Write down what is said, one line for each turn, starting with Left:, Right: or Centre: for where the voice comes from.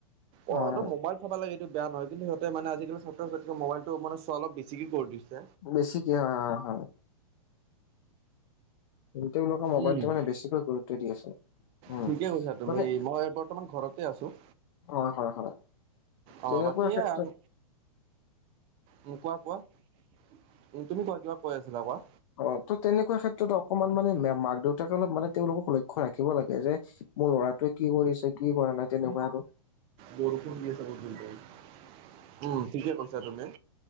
Left: হয়
Right: অ, অলপ
Left: হয়
Right: মোবাইল চাব লাগে, এই বেয়া নহয়। কিন্তু সিহঁতে মানে আজি কালি ছাত্ৰ ছাত্ৰীয়ে মোবাইলটো মানে চোৱাটো অলপ বেছিকে কৰি দিছে।
Left: বেছিকে অ, হয়। কিন্তু তেওঁলোকে মোবাইলটো
Right: উম,
Left: মানে বেছিকৈ গুৰুত্ব দি আছে। উম,
Right: ঠিকেই কৈছা তুমি,
Left: মানে
Right: মই বৰ্তমান ঘৰত। আছোঁ।
Left: হয়- হয়- হয়।
Right: অ,
Left: তেনেকুৱা
Right: বাকী
Left: ক্ষেত্ৰত
Right: এই আৰু। উম, কোৱা- কোৱা, উম, তুমি কোৱা কিবা কৈ আছিলা কোৱা?
Left: অ, ত, তেনেকুৱা ক্ষেত্ৰত অকমান মানে মাক- দেউতাক অলপ মানে তেওঁলোকক লক্ষ্য ৰাখিব লাগে, যে মোৰ ল'ৰাটোৱে কি কৰিছে, কি কৰা নাই, তেনেকুৱা আৰু।
Right: বৰষুণ দি আছে বহুত ডাঙৰকে। উম, ঠিকে কৈছা তুমি।